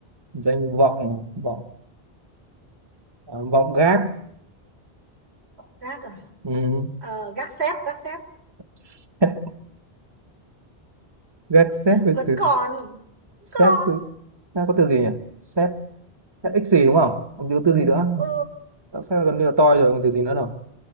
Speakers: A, on the right (about 25°); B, on the right (about 85°).
A: danh vọng vọng à, vọng gác
B: gác à
A: ừ.
B: Ờ, gác xép gác xép
A: Sếp. gác xếp với
B: vẫn
A: từ
B: còn vẫn
A: xếp
B: còn
A: từ ta có từ gì nhỉ xếp xếp ích gì đúng không không có từ gì nữa
B: ừ
A: tại sao gần như là toi rồi còn từ gì nữa đâu